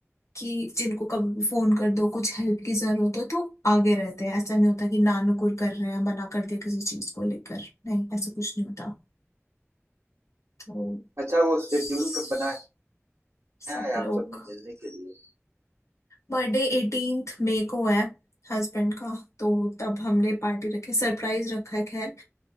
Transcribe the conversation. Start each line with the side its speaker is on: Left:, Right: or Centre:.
Left: कि जिनको कभी भी फोन कर दो कुछ हेल्प की जरूरत हो तो आगे रहते हैं ऐसा नहीं होता कि नानुकुर कर रहे हैं मना कर दिया किसी चीज को लेकर नहीं ऐसा कुछ नहीं होता तो
Right: अच्छा वो शेड्यूल
Left: स-
Right: कब बनाया
Left: सब
Right: है
Left: लोग
Right: आप सबने मिलने के लिए
Left: बर्थडे 18th मई को है हस्बैंड का तो तब हमने पार्टी रखी सरप्राइज रखा है खैर